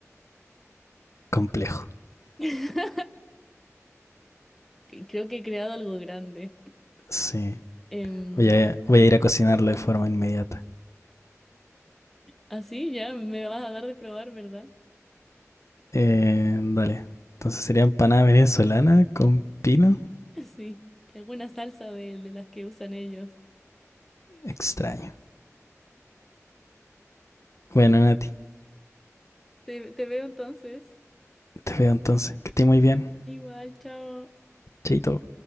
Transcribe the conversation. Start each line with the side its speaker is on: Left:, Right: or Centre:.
Left: Complejo.
Centre: <laughs> Creo que he creado algo grande.
Left: Sí.
Centre: Em,
Left: Voy a, voy a ir a cocinarlo de forma inmediata.
Centre: así ya me vas a dar de probar, ¿verdad?
Left: Eh, dale. Entonces sería empanada venezolana con pino.
Centre: <laughs> Sí. Y alguna salsa de, de las que usan ellos.
Left: Extraño. Bueno, Nati,
Centre: Te, te veo entonces.
Left: te veo entonces. Que estés muy bien.
Centre: Igual, chao.
Left: Chaito.